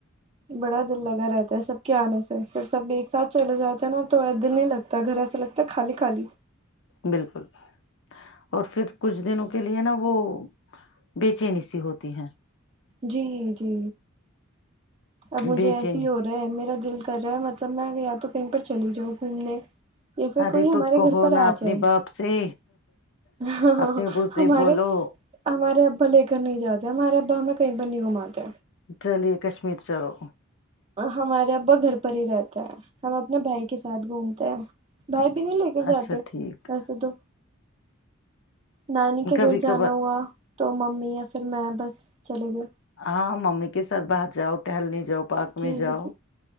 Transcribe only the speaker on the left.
بالکل اور پھر کچھ دنوں کے لیے نا وہ بےچینی سی ہوتی ہے
بے
چینی
ارے
تو کہو
نا
اپنے
باپ سے
اپنے ابو سے
بولو
چلیے کشمیر چلو
اچھا
ٹھیک
کبھی
کبھار
ہاں ممی کے سات بات جاؤ ٹہلنے جاؤ پارک
میں جاؤ